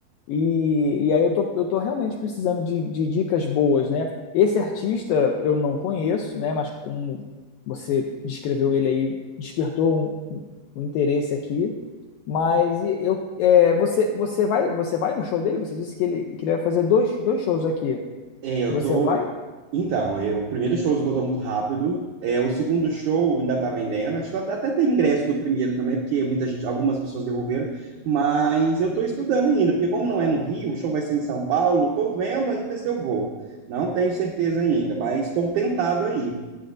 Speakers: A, on the left; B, on the right.
A: E, e aí eu tô, eu tô realmente precisando de, de dicas boas, né? Esse artista eu não conheço, né? Mas como você descreveu ele aí, despertou um, um- um interesse aqui. Mas e- eu, é, você, você vai, você vai no show dele? Você disse que ele, que ele vai fazer dois, dois shows aqui.
B: É, eu
A: Você
B: tô.
A: vai?
B: Então, é, o primeiro show esgotou muito rápido. É, o segundo show ainda tá vendendo. Acho que até até tem ingresso do primeiro também, porque muita gente, algumas pessoas devolveram. Mas eu tô estudando ainda, porque como não é no Rio, o show vai ser em São Paulo, tô vendo ainda se eu vou. Não tenho certeza ainda, mas estou tentado aí.